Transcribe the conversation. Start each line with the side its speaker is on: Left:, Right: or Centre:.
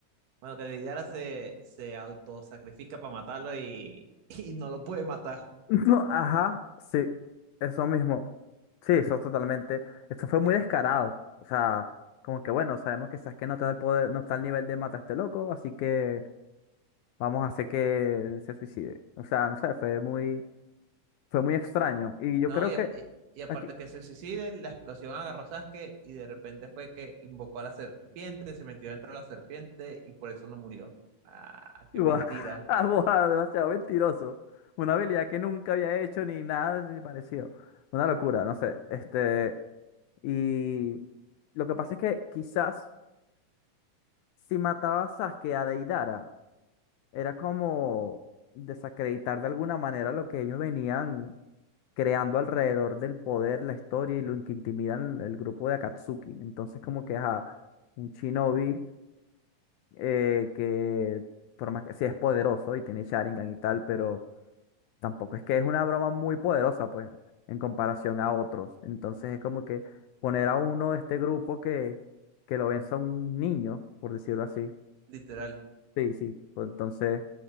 Right: Bueno, que Deidara se, se autosacrifica para matarlo y, <laughs> y no lo puede matar.
Left: <laughs> No, ajá, sí, eso mismo. Sí, eso totalmente. Esto fue muy descarado. O sea, como que bueno, sabemos que Sasuke no te da el poder, no está al nivel de mata a este loco, así que vamos a hacer que él se suicide. O sea, no sé, fue muy, fue muy extraño. Y yo
Right: No,
Left: creo
Right: y,
Left: que
Right: a- y- y aparte
Left: aquí,
Right: que se suicide, la explosión agarró a Sasuke y de repente fue que invocó a la serpiente, se metió dentro de la serpiente y por eso no murió. Ah, qué
Left: Guau,
Right: mentira,
Left: <laughs> guau, demasiado mentiroso. Una habilidad que nunca había hecho ni nada así parecido. Una locura, no sé. Este, y lo que pasa es que quizás si mataba a Sasuke a Deidara, era como desacreditar de alguna manera lo que ellos venían creando alrededor del poder, la historia y lo que intimidan el grupo de Akatsuki. Entonces, como que ajá, un shinobi eh, que, por más que sí es poderoso y tiene Sharingan y tal, pero. tampoco es que es una broma muy poderosa, pues, en comparación a otros. Entonces es como que poner a uno de este grupo que, que lo venza un niño, por decirlo así.
Right: literal.
Left: Sí, sí. pues, entonces,